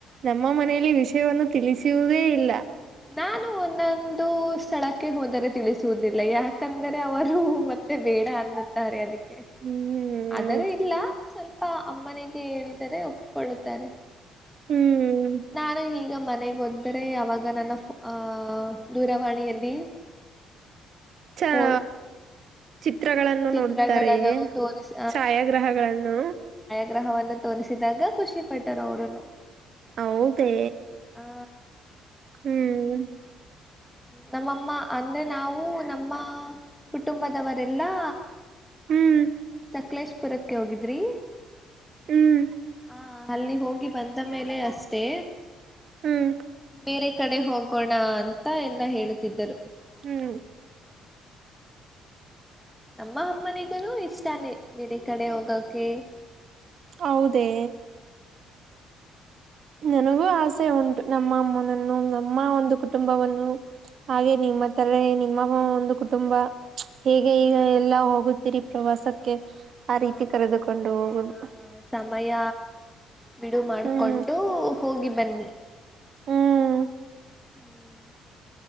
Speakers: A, on the right; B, in the centre.
A: ನಮ್ಮ ಮನೆಯಲ್ಲಿ ವಿಷಯವನ್ನು ತಿಳಿಸುವುದೇ ಇಲ್ಲ.
B: ನಾನು ಒಂದೊಂದು ಸ್ಥಳಕ್ಕೆ ಹೋದರೆ ತಿಳಿಸುವುದಿಲ್ಲ, ಯಾಕಂದರೆ ಅವರು ಮತ್ತೆ ಬೇಡ ಅನ್ನುತ್ತಾರೆ ಅದಕ್ಕೆ. ಕೆ
A: ಹ್ಮ್
B: ಆದರೆ
A: ಹೌದು
B: ಇಲ್ಲ ಸ್ವಲ್ ಪ್ಪಾ ಅಮ್ಮನಿಗೆ ಹೇಳಿದರೆ ಒಪ್ಕೊಳ್ಳುತ್ತಾರೆ.
A: ಹ್ಮ್
B: ನಾನು ಈಗ ಮ ಮನೆಗೆೊದ್ರೆ ಅವಾಗ ನನ್ನ ಆ ದೂರವಾಣಿಯಲ್ಲಿ
A: ಚಹಾ.
B: ಫೋ
A: ಚಿತ್ರಗಳನ್ನು
B: ಚಿತ್ರಗಳನ್ನು
A: ನೋಡುತ್ತಾರೆ
B: ತೋರಿಸ
A: ಛಾಯಾಗ್ರಹಗಳನ್ನು.
B: ಗ್ರಹವನ್ನು ತೋರಿಸಿದಾಗ ಖುಷಿ ಪಟ್ಟರು ಅವರುನು.
A: ಹೌದೇ.
B: ಆ
A: ಹ್ಮ್.
B: ನಮ್ಮಮ್ಮ ಅಂದ್ರೆ ನಾವು ನಮ್ಮ ಕುಟುಂಬದವರೆಲ್ಲಾ.
A: ಹ್ಮ್.
B: ಸಾಕಲೇಶಪುರಕ್ಕೆ ಹೋಗಿದ್ರಿ.
A: ಹ್ಮ್.
B: ಹಾ ಅಲ್ಲಿ ಹೋಗಿ ಬಂದ ಮೇಲೆ ಅಷ್ಟೇ.
A: ಹ್ಮ್.
B: ಬೇರೆ ಕಡೆ ಹೋಗೋಣ ಅಂತ. ಅಂತ ಹೇಳುತ್ತಿದ್ದರು.
A: ಹ್ಮ್.
B: ನಮ್ಮ ಅಮ್ಮನಿಗೂ ಇಷ್ಟಾನ ಬಿರೆ ಕಡೆ ಹೋಗೋಕೆ.
A: ಹೌದೇ. ನನಗೂ ಆಸೆ ಉಂಟು ನಮ್ಮ ಅಮ್ಮನನ್ನು ನಮ್ಮ ಒಂದು ಕುಟುಂಬವನ್ನು ಹಾಗೆ ನಿಮ್ಮ ತಲೆ ನಿಮ್ಮ ಒಂದು ಕುಟುಂಬ ಹೇಗೆ ಈಗ ಎಲ್ಲ ಹೋಗುತ್ತೀರಿ ಪ್ರವಾಸಕ್ಕೆ. ಆ
B: ಹ
A: ರೀತಿ ಕರೆದುಕೊಂಡು ಹೋಗುದು
B: ಆ ಸಮಯ ಬಿಡು ಮಾಡ್ಕೊಂಡು.
A: ಹ್ಮ್
B: ಹೋಗಿ ಬನ್ನಿ.
A: ಹ್ಮ್.
B: ಹ್ಮ್.